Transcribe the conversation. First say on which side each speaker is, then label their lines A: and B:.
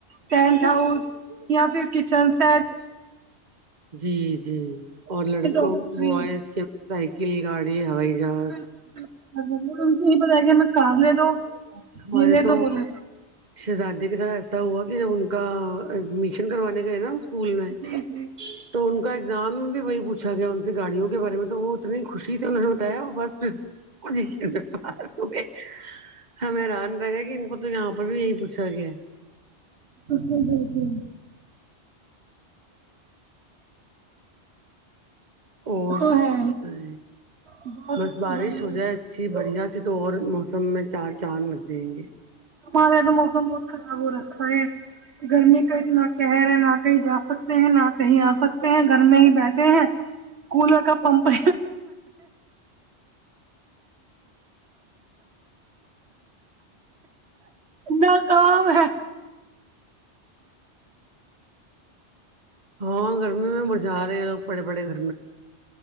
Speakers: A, on the right; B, on the right.
A: ٹینٹ ہاؤس یا پھر کچن سیپ
B: جی جی اور لڑکوں
A: ڈاکٹری
B: بوائز کے سائیکل گاڑی ہوائی جہاز
A: <unintelligible> ہمیں کار لے دو
B: ہمارے
A: یہ لے
B: تو
A: دو بولے
B: شہزادے کے ساتھ ایسا ہوا کہ جب ان کا ایڈمیشن کروانے گئے نا اسکول میں
A: جی جی
B: تو ان کا ایگزام بھی وہی پوچھ گیا ان سے گاڑیوں کے بارے میں تو وہ اتنی خوشی سے مجھے بتایا بس <unintelligible> ہم حیران رہ گے کہ ان کو تو یہاں پر بھی یہی پوچھا گیا
A: بالکل بالکل
B: اور
A: تو ہے
B: <unintelligible>
A: بہت
B: بس بارش
A: بڑھیا
B: ہو جائے جی بڑھیا سے تو اور موسم میں چار چاند لگ جائیں گے
A: ہمارے یہاں تو موسم بہت خراب ہو رکھا ہے گرمی کا اتنا قہر ہے نہ کہیں جا سکتے ہیں نہ کہیں آ سکتے ہیں گھر میں ہی بیٹھے ہیں کولر کا پمپ <unintelligible> ناکام ہے
B: ہاں گرمی میں مزے آرہے ہے پڑے پڑے گھرمیں